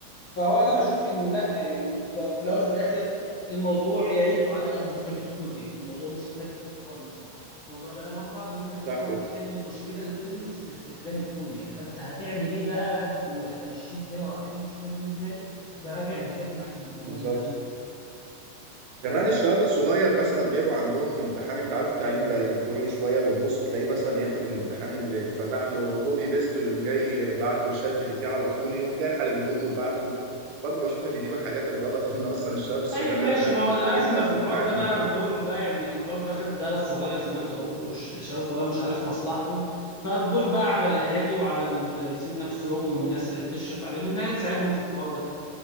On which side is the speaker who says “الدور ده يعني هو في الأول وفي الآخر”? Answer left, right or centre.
Left